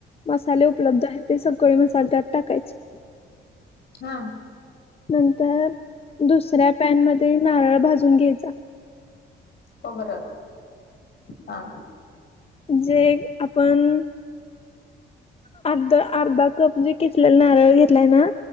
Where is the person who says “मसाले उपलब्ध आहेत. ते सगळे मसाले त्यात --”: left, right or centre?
Left